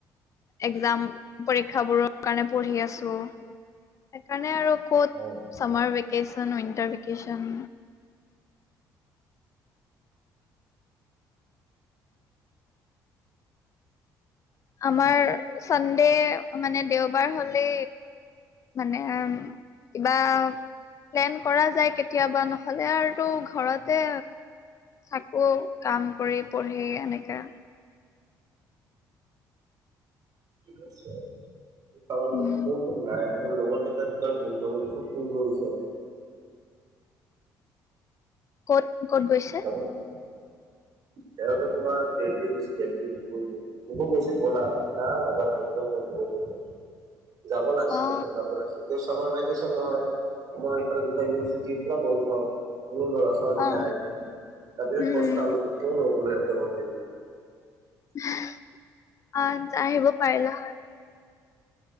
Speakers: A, on the left (about 45°); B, on the right (about 55°).
A: একজাম পৰীক্ষাবোৰ- কাৰণে পঢ়ি আছো। সেইকাৰণে আৰু ক'ত
B: অ'।
A: Summer vacation, winter vacation. আমাৰ চানডে মানে দেওবাৰ হ'লে মানে কিবা, প্লেন কৰা যায় কেতিয়াবা, নহ'লে আৰু ঘৰতে থাকো। কাম কৰি, পঢ়ি এনেকে।
B: নিশ্চয়। চামাৰ ভেকেচন
A: উম
B: মোৰ <unintelligible> নাই। মোৰ লগৰ কেইটা দোকান বন্ধ কৰি <unintelligible> ফুৰিব গৈছে।
A: ক'ত ক'ত গৈছ-?
B: <inaudible> সিহঁতে তোমাৰ দেল্লী গৈছে দেল্লীত ফুৰিব। মোকো কৈছে, ব'লা। না নাযাওঁ <unintelligible> যাব লাগিছিলে,
A: অ
B: ত যাব লাগিছিল। এতিয়া চামাৰ ভেকেচন হয়। আমাৰ এইফালে দুটা ইউনিভাৰ্ছিটি পুৰা বন্ধ। সৰু ল'ৰা ছো ছোৱালী
A: অ
B: নাই। তাতে
A: উম
B: পস্তালো। কিয় নগলো সিঁহতৰ লগতে
A: <unintelligible> আহিব পাৰিলা হয়।